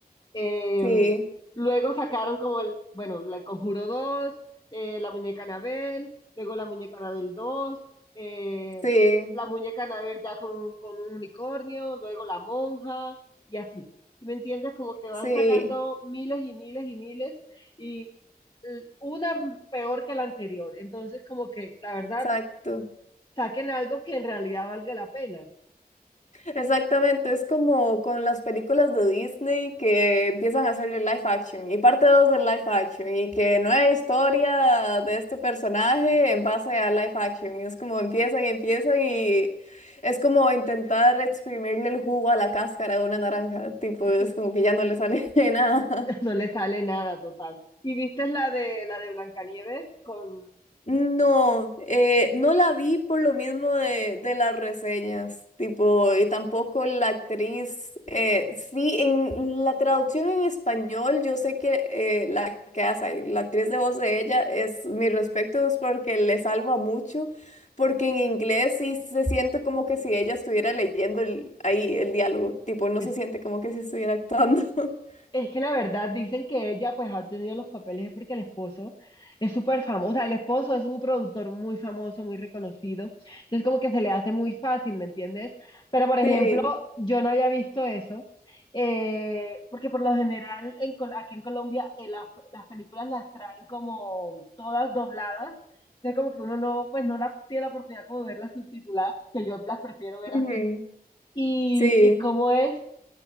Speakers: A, on the left (about 30°); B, on the left (about 50°).
A: Eh,
B: sí,
A: luego sacaron como el, bueno, la El Conjuro dos eh, la muñeca Anabel, luego la muñeca Anabel dos eh,
B: sí,
A: la muñeca Anabel ya con, con un unicornio, luego la monja y así. ¿Sí me entiendes? Como que van
B: sí,
A: sacando miles y miles y miles y eh, una peor que la anterior. Entonces, como que la verdad,
B: exacto.
A: saquen algo que en realidad valga la pena.
B: Exactamente, es como con las películas de Disney que empiezan a hacer el live action y parte 2 del live action y que nueva historia de este personaje en base a live action. Y es como empiezan y empiezan y es como intentar exprimirle el jugo a la cáscara de una naranja, tipo,
A: <laughs>
B: es como que ya no le sale <laughs> nada.
A: No le sale nada total. ¿Y viste la de la de Blancanieves con
B: No, eh, no la vi por lo mismo de, de las reseñas, tipo, y tampoco la actriz, eh, sí, en la traducción en español, yo sé que eh, la que hace, la actriz de voz de ella, es mi respeto, es porque le salva mucho, porque en inglés sí se siente como que si ella estuviera leyendo el- ahí el diálogo, tipo, no
A: Es,
B: se siente como que si estuviera actuando. <laughs>
A: es que la verdad dicen que ella pues ha obtenido los papeles es porque el esposo es súper famoso, o sea, el esposo es un productor muy famoso, muy reconocido, entonces como que se le hace muy fácil, ¿me entiendes? Pero por ejemplo,
B: Sí,
A: yo no había visto eso, eh, porque por lo general en, Col- aquí en Colombia eh, las, las películas las traen como todas dobladas, entonces como que uno no, pues no la, tiene la oportunidad como de verlas subtituladas, que yo las prefiero ver
B: ujú,
A: así. Y,
B: sí,
A: y cómo es